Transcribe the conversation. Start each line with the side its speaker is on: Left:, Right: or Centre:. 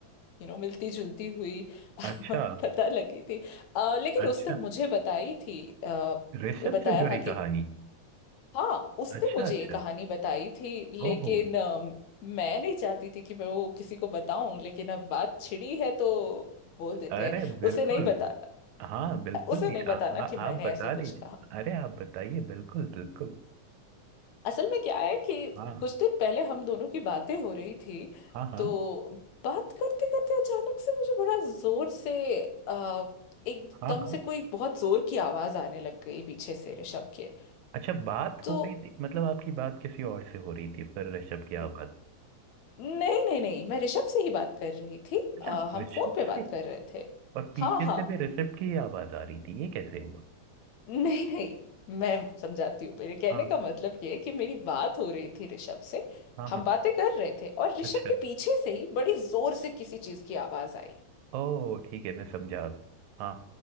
Left: यू नो मिलती जुलती हुई <laughs>
Right: अच्छा
Left: पता लगी थी अ, लेकिन
Right: अच्छा
Left: उसने मुझे बताई थी अ,
Right: ऋषभ
Left: बताया
Right: से जुड़ी
Left: था कि
Right: कहानी
Left: हाँ उसने
Right: अच्छा
Left: मुझे
Right: अच्छा
Left: ये कहानी बताई थी लेकिन
Right: ओहो
Left: अ, मैं नहीं चाहती थी कि मैं वो किसी को बताऊं लेकिन अब बात छिड़ी है तो बोल देते
Right: अरे
Left: हैं
Right: बिल्कुल
Left: उसे नहीं बताना
Right: हाँ बिल्कुल
Left: उसे
Right: जी
Left: नहीं बताना
Right: आ, आ,
Left: कि मैंने
Right: आप बता
Left: ऐसा कुछ
Right: दीजिए
Left: कहा
Right: अरे आप बताइए बिल्कुल बिल्कुल
Left: असल में क्या है कि
Right: हाँ
Left: कुछ दिन पहले हम दोनों की बातें हो रही थी
Right: हाँ हाँ
Left: तो बात करते करते अचानक से मुझे बड़ा जोर से आ, एकदम
Right: हाँ हाँ
Left: से कोई बहुत जोर की आवाज आने लग गई पीछे से ऋषभ के
Right: अच्छा बात
Left: तो
Right: हो रही थी मतलब आपकी बात किसी और से हो रही थी पर ऋषभ की
Left: न-
Right: आवाज
Left: नहीं नहीं नहीं मैं ऋषभ से ही बात कर रही थी
Right: अच्छा
Left: आ, हम
Right: ऋषभ
Left: फोन पे बात
Right: से
Left: कर रहे थे
Right: और पीछे
Left: हाँ हाँ
Right: से भी ऋषभ की आवाज आ रही थी ये कैसे हुआ
Left: नहीं नहीं मैं समझाती हूँ मेरे कहने
Right: हाँ
Left: का मतलब ये है कि मेरी बात हो रही थी ऋषभ से
Right: हाँ
Left: हम
Right: हाँ
Left: बातें कर रहे थे और ऋषभ
Right: अच्छा
Left: के पीछे से ही बड़ी जोर से किसी चीज की आवाज आई
Right: ओ ठीक है मैं समझा अब। हाँ